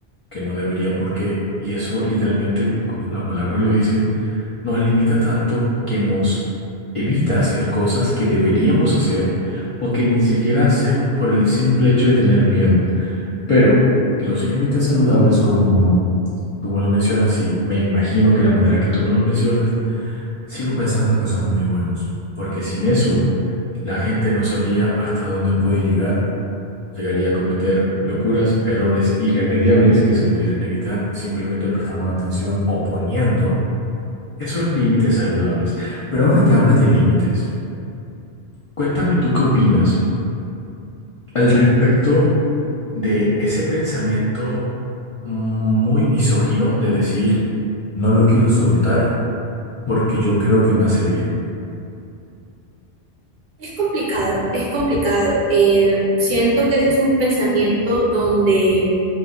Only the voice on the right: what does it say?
Es complicado, es complicado. Eh, siento que ese es un pensamiento donde